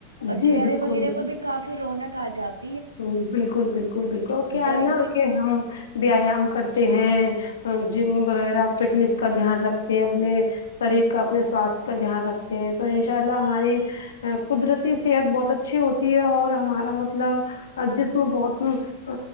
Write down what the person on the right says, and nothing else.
اور
چہرے
وغیرہ پر بھی کافی رونق آجات
بڑی
بڑی